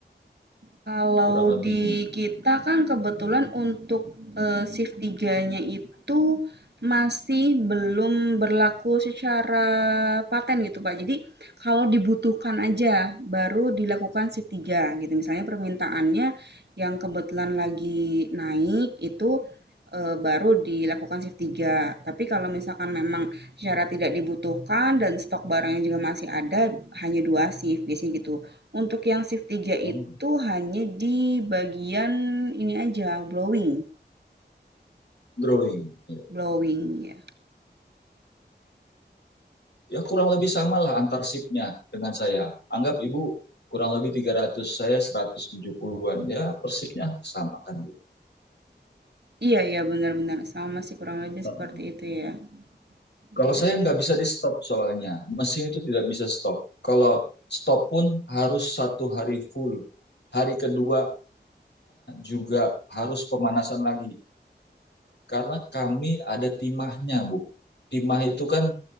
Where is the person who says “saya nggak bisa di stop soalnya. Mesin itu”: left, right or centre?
Left